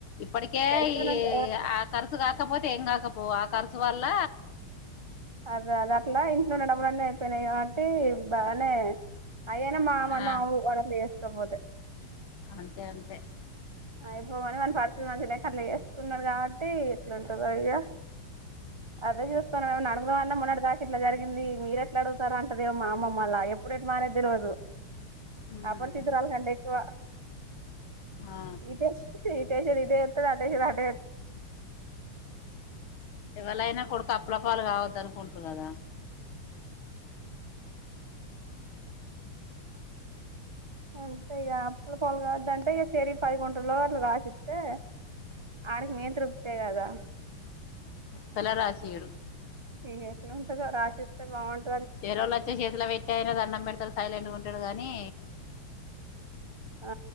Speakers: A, on the left; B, on the right.
A: ఇప్పటికే
B: పెడతానంట
A: ఈ ఆఖర్ కాకపోతే ఎం కాకపో కర్స వళ్ల్ల
B: అద అద అట్లా ఇంట్లో ఉన్న డబులు అన్నీ అయిపోయినాయి కాబట్టి బాగానే అయ్యేనా మామన్న
A: ఆ
B: వాడలేస్త పపోదు
A: అంతే అంతే
B: అయిపోమని మన పరిస్థితి మ తినక అట్లా వేసుకున్నాడు కాబట్టి ఇట్లాంటంద అయ్య అదే చూస్తాను ఏమో అడుగుతా ము అన్న మన్నడు దాకా ఇట్లా జరిగింది మీర ఎట్లా అడుగుతారో అంటదేమో మామ్మమ్మళ్లా ఎప్పుడ ఎ మా అనేది తెలియదు
A: ఉమ్
B: అపరిచితురాలు కంటే ఎక్కువ
A: ఆ
B: ఇది అం ఇే అ <inaudible>
A: ఇవళయినా కొడుకు రోడ్లపాలు కావద్ద అనుకుంటారు కదా
B: అంతే ఇక అప్పుల పాలు కావద్దంటే ఇక చెరి పది గుంటలు రలో అట్లు కాసిస్తే ఆడికి మీ తృప్తా కదా
A: తులారాశి ఏడు
B: ఇ ఎట్లా ఉంటంది రాసిిస్తే బాగుంటుంది
A: చేరళ్ళ వచ్చే చేతిలో పెట్టే అయిన అన్నం పెడతారు సైలెంట్ గా ఉంటాడు కాని
B: ఆ